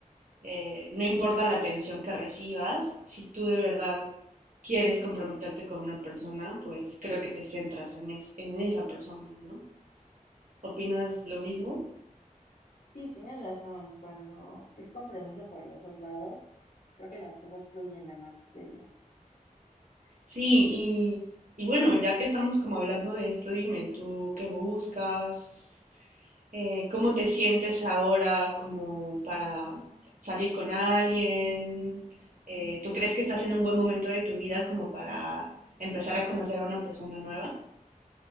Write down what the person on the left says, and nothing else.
Ujú.
Sí, tienes razón, cuando es compromiso por los dos lados, creo que las cosas fluyen de más de bien.